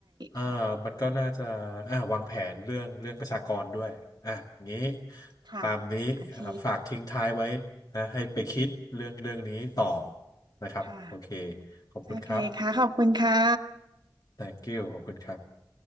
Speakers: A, on the left; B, on the right.
A: อ่ามันก็น่าจะอ่าวางแผนเรื่องเรื่องประชากรด้วยอ่ะงี้
B: ค่ะค่ะ
A: ตามนี้อ่าฝากทิ้งท้ายไว้
B: โอเค
A: นะให้ไปคิดเรื่องเรื่องนี้ต่อนะครับโอเค
B: ค่ะ
A: ขอบคุณครับ
B: โอเคค่ะขอบคุณค่ะ
A: thank you ขอบคุณครับ